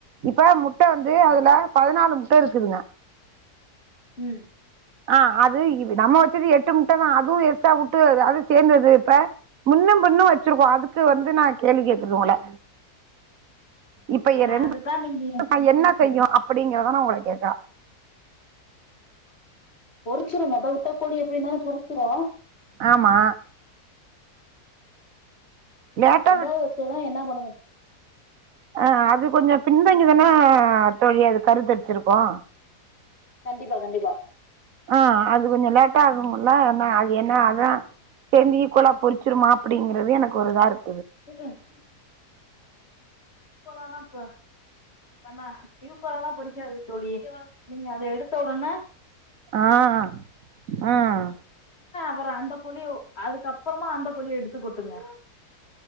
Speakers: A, on the right; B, on the left.
A: இப்ப மு முட்டை வந்து அதுல பதினாலு முட்டை இருக்குதுங்க
B: ம்
A: ஆஹ் அது இ நம்ம வச்சது எட்டு முட்ட தான் அதுவும் எஸ்ட்டா விட்டு அது சேர்ந்தது இப்ப முன்னும் பின்னும் வச்சிருக்கோம் அதுக்கு வந்து நான் கேள்வி கேக்குதுங்கள இப்ப
B: ஆ
A: என் ரெண்டு
B: அதுதா நீங்க
A: என்ன செய்யும் அப்படிங்கறதுதான் உங்க கேக்குறேன்
B: பொறிச்சிரும்த உட்டக்கோழி எப்படின்னாலே பொறிச்சிரும்
A: ஆமா லேட்டா
B: எண்டா வச்சதுதான் என்ன பண்ணுது
A: அஹ் அது கொஞ்சம் பின்தங்கிதானே தோழி அது கரு தெரிச்சுருக்கோம்
B: கண்டிப்பா கண்டிப்பா
A: ஆஹ் அது கொஞ்சம் லேட்டா ஆகும்ல அது என்ன அதான் சேர்ந்து ஈக்குோலா பொரிச்சிருமா அப்படிங்கறது எனக்கு ஒரு இதா இருக்கும்
B: வீக் எண்டு க்கலான் இ பண்ண யுக்கலாம் தாம் பொரிக்காது தோழி நீங்க அத எடுத்த உடனே
A: ஆஹ்ஹ் ஆஹ்
B: அப்புறம் அந்த கொலிய அதுக்கு அப்புறமா அந்த கொலியை எடுத்துக்க கொட்டுங்க